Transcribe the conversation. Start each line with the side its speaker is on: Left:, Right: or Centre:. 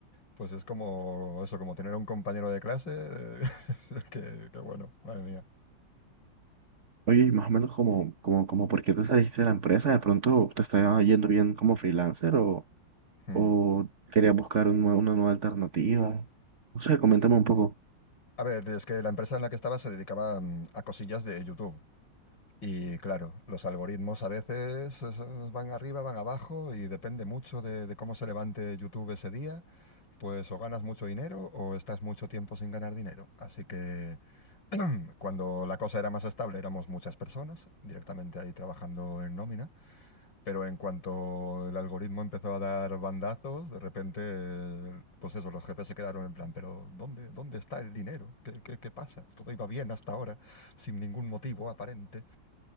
Left: pues es como eso, como tener un compañero de clase, eh, <laughs> que, que bueno, madre mía.
Right: Oye, y más o menos como, como, como por qué te saliste de la empresa, de pronto te estaba yendo bien como freelancer o,
Left: Hmm.
Right: o querías buscar un nue- una nueva alternativa. No sé, coméntame un poco.
Left: A ver, es que la empresa en la que estaba se dedicaba mm, a cosillas de YouTube. Y claro, los algoritmos a veces eh, son- van arriba, van abajo y depende mucho de, de cómo se levante YouTube ese día, pues o ganas mucho dinero o estás mucho tiempo sin ganar dinero. Así que cuando la cosa era más estable éramos muchas personas directamente ahí trabajando en nómina, pero en cuanto el algoritmo empezó a dar bandazos, de repente, eh, pues eso, los jefes se quedaron en plan, pero ¿dónde, dónde está el dinero? ¿Qué, qué, qué pasa? Todo iba bien hasta ahora, sin ningún motivo aparente.